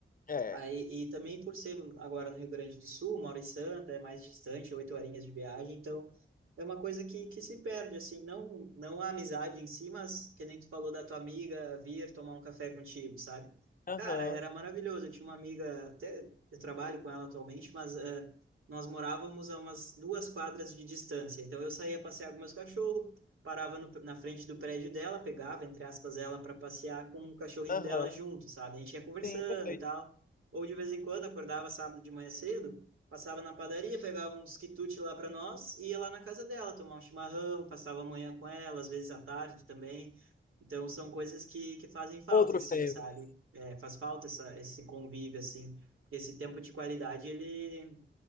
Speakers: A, on the left; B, on the right.
A: é.
B: Aí, e também por ser agora no Rio Grande do Sul, Mauro e Santa é mais distante, oito horinhas de viagem, então é uma coisa que, que se perde, assim, não, não a amizade em si, mas que nem tu falou da tua amiga vir tomar um café contigo, sabe?
A: Aham,
B: Cara, era maravilhoso, eu tinha uma amiga, até eu trabalho com ela atualmente, mas eh, nós morávamos a umas duas quadras de distância, então eu saía passear com meus cachorros, parava no- na frente do prédio dela, pegava, entre aspas, ela para passear com o cachorrinho
A: aham,
B: dela junto, sabe? A gente ia conversando
A: sim, perfeito.
B: e tal, ou de vez em quando, acordava sábado de manhã cedo, passava na padaria, pegava uns quitutes lá para nós e ia lá na casa dela tomar um chimarrão, passava a manhã com ela, às vezes à tarde também. Então, são coisas que, que fazem falta,
A: Outros
B: assim,
A: tempos.
B: sabe? É, faz falta essa, esse convívio, assim. Esse tempo de qualidade, ele